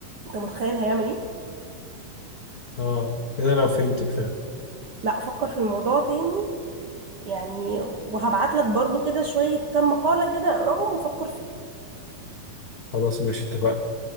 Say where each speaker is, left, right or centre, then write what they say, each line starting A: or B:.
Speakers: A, on the right (about 80°); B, on the left (about 80°).
A: انت متخيل هيعمل ايه
B: اه كده انا فهمتك فعلا
A: لا فكر في الموضوع تاني يعني وهبعت لك برضو كده شوية كم مقالة كده اقراهم وفكر فيهم
B: خلاص ماشي اتفقنا